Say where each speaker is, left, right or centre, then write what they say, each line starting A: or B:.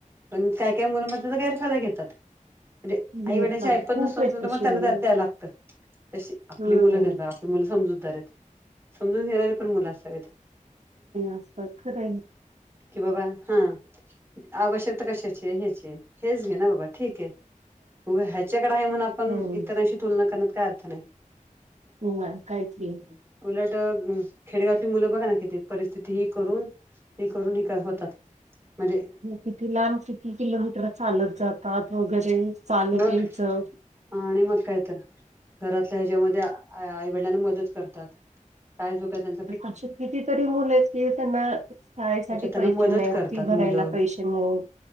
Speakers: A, on the right; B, on the right.
A: पण काय काय मुलं मग त्याचा तर गैरफायदा घेतात. म्हणजे
B: बाहेर
A: आई-वडिलांची ऐपत
B: खूप
A: पण नसत.
B: आहेत
A: तर
B: तशी
A: मग त्यांना
B: मुलं
A: त्यात द्यायला लागतं. अशी आपली
B: हम्म
A: मुलं नाहीत. आपली मुलं समजूतदार आहेत समजून घेणारी पण मुलं असावीेत
B: असतात खरं आहे.
A: कि बाबा हा आवश्यकता कशाचे ह्याची हेच घे ना बाबा ठीक आहे हो ह्याच्याकडे आहे म्हण आपण
B: हो
A: इतरांशी तुलना करण्यात काय अर्थ नाही.
B: ह काहीच नाही
A: उला खेडगावली मुलं बघा ना कि ते परिस्थिती ही करून ते करून ह होतात. म्हणजे
B: किथे लहान किती किलो मित्र चालत जातात. वगैरे चालत
A: मग
B: याचं
A: आणि मग काय तर घरातल्या ह्याच्यामध्ये आईवडिलांना मदत करतात. कायजो का त्यां
B: अ कितीतरी मुले आहेत. की त्यांना शाळेसाठी
A: त्याच्यात त्यांना
B: पैसे
A: मदत
B: नाही.
A: करतात
B: फी भरायला
A: मुलं.
B: पैसे नाही.